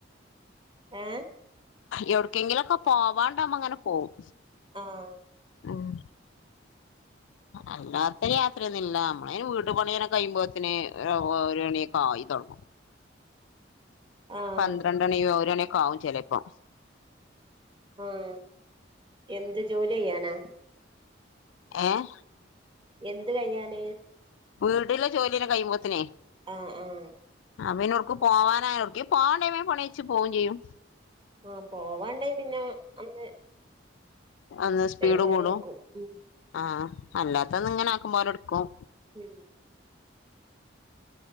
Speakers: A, on the right (about 25°); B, on the left (about 80°).
A: ഏഹ്
B: എവിടെക്കെങ്കിലുമൊക്കെ പോവാണ്ടമ്മ ങ്ങനെ പോവും
A: ആഹ്
B: ഉം അല്ലാത്ത യാത്രയൊന്നുല്ലാ നമ്മളയിന് വീട് പണിയനെ കഴിയുമ്പോതേനും ഒരു മണിയൊക്കെ ആയി തൊടങ്ങും
A: ആഹ്
B: പന്ത്രണ്ടണി ഓരോണിയൊക്കെ ആവും ചെലപ്പോ
A: ആഹ് എന്ത് ജോലി ചെയ്യാനാ
B: ഏഹ്
A: എന്ത് കയ്ഞ്ഞാല്
B: വീട്ടിലെ ജോലിയന്നെ കഴിയുമ്പോത്തനെ
A: ആഹ് ആഹ്
B: അവനോർക്ക് പോവാനായോ ഓക്ക പോവാൻ ടൈമേ പണിച്ച് പോവേയും ചെയ്യും
A: ആഹ് പോവാണ്ടേ പിന്നെ അന്ന്
B: അന്ന് സ്പീഡ്
A: വേം പണിയെക്കും
B: കൂടും
A: ഉം
B: ആഹ് അല്ലാത്തന്ന് ഇങ്ങനെ ആക്കുമ്പോ അവര് എടുക്കും
A: ഉം